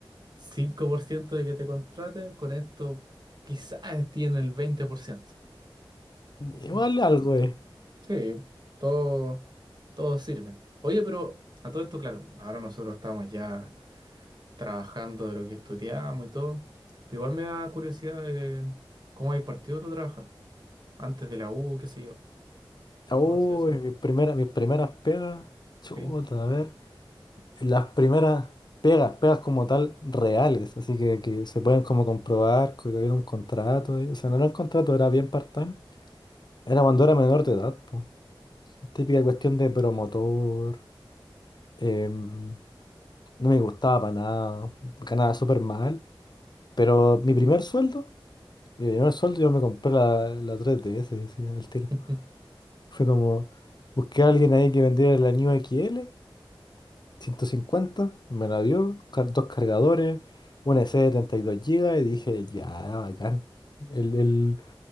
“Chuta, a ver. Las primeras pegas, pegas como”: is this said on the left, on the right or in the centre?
Left